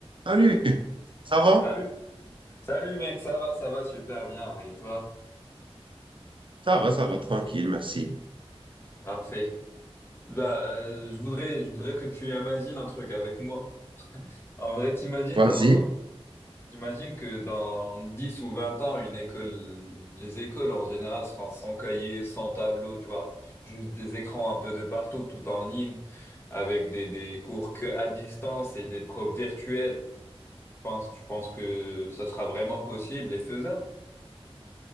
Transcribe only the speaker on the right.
Salut, ça va?
Ça va, ça va, tranquille, merci.
Vas-y.